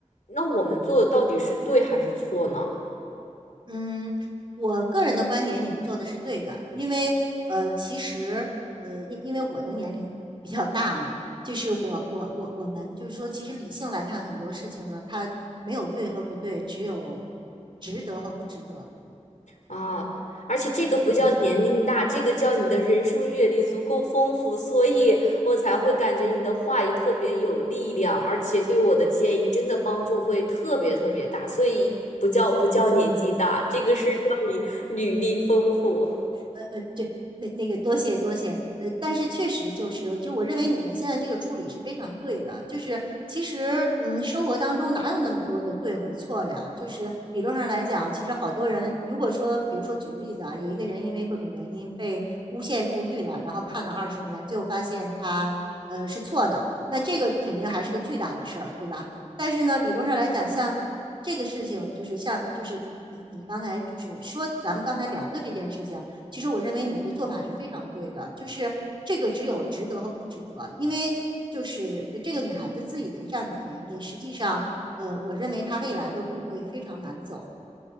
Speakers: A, on the left (about 80°); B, on the right (about 40°).
A: 那我们做的到底是对还是错呢？
B: 嗯，我个人的观点，你们做的是对的，因为呃，其实呃，因因为我的年龄比较大嘛，就是我我我我们就是说，其实理性来看很多事情呢，它没有对和不对，只有值得和不值得。
A: 啊，而且这个不叫年龄大，
B: 对，
A: 这个叫你的人生阅历足够丰富，
B: 对
A: 所以我才会感觉你的话语特别有力量，而且对我的建议真的帮助会特别特别大，所以不叫不叫年纪大，这个是叫你履历丰富。
B: 呃呃这那那个多谢多谢，呃，但是确实就是，就我认为你们现在这个处理是非常对的，就是其实嗯，生活当中哪有那么多的对和错呀？就是理论上来讲，其实好多人如果说，比如说举个例子啊，有一个人因为各种原因被诬陷入狱了，然后判了二十年，最后发现他呃是错的，那这个肯定还是个巨大的事儿，对吧？但是呢，理论上来讲，像这个事情，就是像就是你你你刚才就是说咱们刚才聊的这件事情。其实我认为你们的做法是非常对的，就是这个只有值得和不值得，因为就是呃这个女孩子自以为占了便宜，实际上，呃，我认为她未来的路会非常难走。